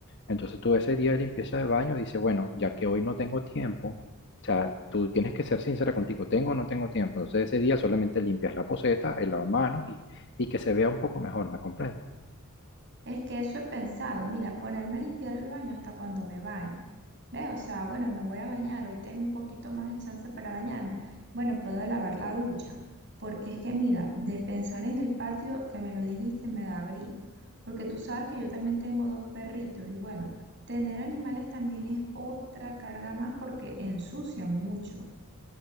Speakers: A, on the left; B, on the right.
A: entonces tú ese día de limpieza de baño dices, bueno, ya que hoy no tengo tiempo, o sea, tú tienes que ser sincera contigo, ¿tengo o no tengo tiempo? Entonces, ese día solamente limpias la poceta, el lavamanos y, y que se vea un poco mejor, ¿me comprendes?
B: Es que eso he pensado, mira, ponerme a limpiar el baño hasta cuando me bañe. ¿Ves? O sea, bueno, me voy a bañar, hoy tengo un poquito más de chance para bañarme. Bueno, puedo lavar la ducha, porque es que mira, de pensar en el patio que me lo dijiste me da grima, porque tú sabes que yo también tengo dos perritos y bueno, tener animales también es otra carga más porque ensucian mucho.